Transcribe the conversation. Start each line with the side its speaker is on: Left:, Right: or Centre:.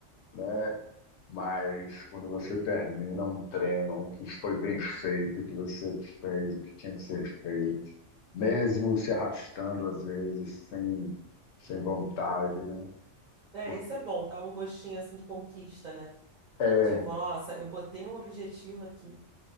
Left: né? Mas quando você termina um treino, o que foi bem feito, o que você fez o que tinha que ser feito, mesmo se arrastando às vezes, sem, sem vontade, né?
Right: É,
Left: Porque
Right: isso é bom, dá um gostinho assim de conquista, né?
Left: é,
Right: Tipo, nossa, eu botei um objetivo aqui